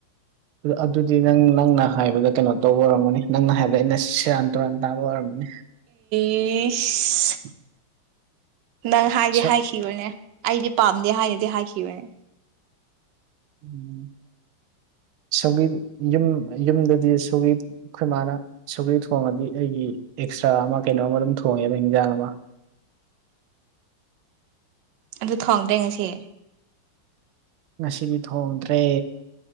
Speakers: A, on the right; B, on the right.
A: ꯑꯗꯨꯗꯤ ꯅꯪ ꯅꯪꯅ ꯍꯥꯏꯕꯗ ꯀꯩꯅꯣ ꯇꯧꯕ ꯑꯣꯏꯔꯝꯒꯅꯤ ꯅꯪꯅ ꯍꯥꯏꯕꯗ ꯑꯩꯅ ꯁꯦꯔꯥꯟ ꯇꯨꯔꯥꯟ ꯇꯥꯕ ꯑꯣꯏꯔꯝꯃꯅꯤ
B: ꯄ ꯅꯪ ꯍꯥꯏꯗꯤ
A: ꯁꯛ
B: ꯍꯥꯏꯈꯤꯕꯅꯦ ꯑꯩꯗꯤ ꯄꯥꯝꯗꯦ ꯍꯥꯏꯅꯗꯤ ꯍꯥꯏꯈꯤꯕꯅꯦ
A: ꯎꯝ ꯁ ꯌꯨꯝ ꯌꯨꯝꯗꯗꯤ ꯁꯒꯤ ꯑꯩꯈꯣꯏ ꯃꯥꯅ ꯁꯧꯒꯔꯤ ꯊꯣꯡꯉꯗꯤ ꯑꯩꯒꯤ ꯑꯦꯛꯁꯇ꯭ꯔꯥ ꯑꯃ ꯀꯩꯅꯣ ꯑꯃ ꯑꯗꯨꯝ ꯊꯣꯡꯉꯦꯕ ꯍꯤꯟꯖꯥꯡ ꯑꯃ
B: ꯑꯗꯨ ꯊꯣꯡꯗ꯭ꯔꯦ ꯉꯁꯤ
A: ꯉꯁꯤꯗꯤ ꯊꯣꯡꯗ꯭ꯔꯦ